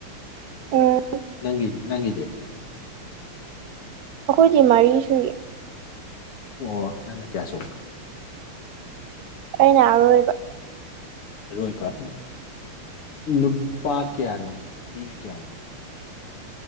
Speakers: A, on the right; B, on the left.
A: ꯎꯝ
B: ꯅꯪꯗꯤꯦ ꯅꯪꯗꯦ
A: ꯑꯩꯈꯣꯏꯗꯤ ꯃꯔꯤ ꯁꯨꯏ
B: ꯑꯣ ꯅꯅ ꯀꯌꯥꯁꯨꯕ
A: ꯑꯩꯅ ꯑꯔꯣꯏꯕ
B: ꯑꯔꯣꯏꯕ ꯑꯣ ꯅꯨꯄꯥ ꯀꯌꯥꯅꯣ ꯅꯨꯄꯤꯅ ꯀꯌꯥꯅꯣ